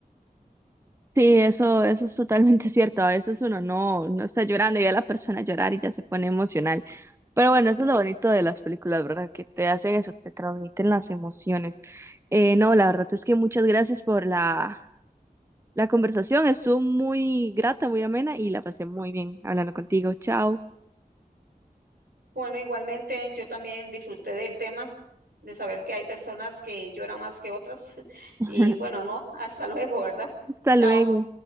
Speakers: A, on the right; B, on the right.
A: Sí, eso, eso es totalmente <laughs> cierto. A veces uno no, no está llorando y ve a la persona llorar y ya se pone emocional. Pero bueno, eso es lo bonito de las películas, ¿verdad? Que te hacen eso, te transmiten las emociones. Eh, no, la verdad es que muchas gracias por la, la conversación. Estuvo muy grata, muy amena y la pasé muy bien hablando contigo. Chao.
B: Bueno, igualmente yo también disfruté del tema, de saber que hay personas que lloran más que otras. <laughs>
A: <laughs>
B: Y bueno, no, hasta luego, ¿verdad?
A: Hasta
B: Chao.
A: luego.